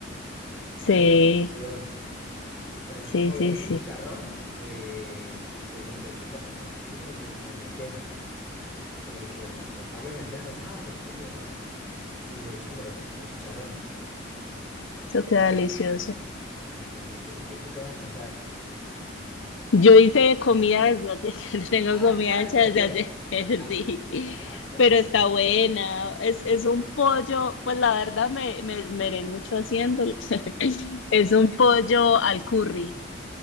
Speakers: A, in the centre; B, on the left.
A: Es,
B: Sí,
A: eh, delicioso. Por ejemplo,
B: sí, sí,
A: ese
B: sí.
A: chicharrón, eh, se, yo se lo echo a, a los frijoles o a las lentejas. Se lo echo, o sea, se- hago la lenteja normal o el frijol normal y le echo los, los chicharrones.
B: Eso queda delicioso.
A: Y queda muy rico. ¿Y tú qué vas a almorzar?
B: Yo hice comida desde hace- <laughs> tengo
A: Ah,
B: comida
A: está el
B: hecha
A: de
B: desde
A: ayer.
B: hace,
A: Ah,
B: <laughs> sí,
A: ah, caramba.
B: pero está buena. Es, es un pollo, pues la verdad me, me esmeré mucho haciéndolo. <laughs> Es un pollo al curry.